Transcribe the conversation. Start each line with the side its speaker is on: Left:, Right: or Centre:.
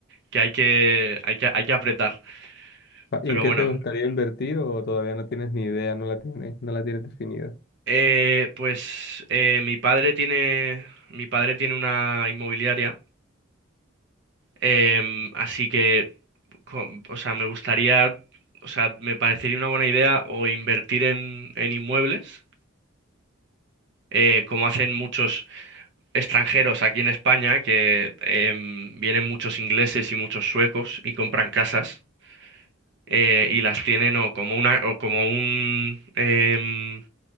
Right: que hay que, hay que, hay que apretar.
Left: Pa- ¿Y
Right: Pero
Left: en qué
Right: bueno,
Left: te gustaría invertir o todavía no tienes ni idea, no la tienes, no la tienes definida?
Right: eh, pues eh, mi padre tiene, mi padre tiene una inmobiliaria Em, así que, com- o sea, me gustaría, o sea, me parecería una buena idea o invertir en, en inmuebles, eh, como hacen muchos extranjeros aquí en España, que em, vienen muchos ingleses y muchos suecos y compran casas eh, y las tienen o como una, o como un, em, o